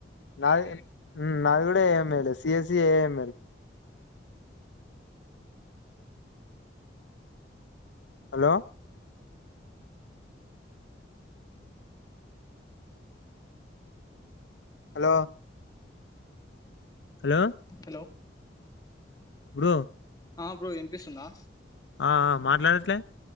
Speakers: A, on the left (about 80°); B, on the left (about 20°).
A: నాది నాది కూడా ఏంలే సిఎస్సి ఏఎంలు hello hello hello
B: hello
A: bro
B: ఆ బ్రో వినిపిస్తుందా
A: ఆ ఆ మాట్లాడట్లే